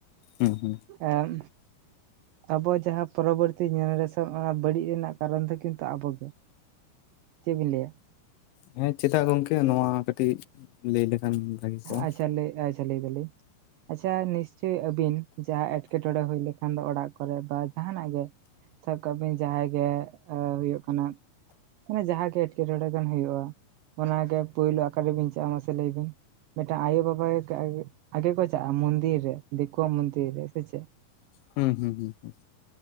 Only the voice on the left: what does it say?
ᱦᱩᱸ ᱦᱩᱸ
ᱦᱮᱸ ᱪᱮᱫᱟᱜ ᱜᱚᱝᱠᱮ? ᱱᱚᱣᱟ ᱠᱟᱹᱴᱤᱡ ᱞᱟᱹᱭ ᱞᱮᱠᱷᱟᱱ! ᱵᱷᱟᱹᱜᱤ ᱠᱚᱜᱼᱟ
ᱦᱩᱸ ᱦᱩᱸ ᱦᱩᱸ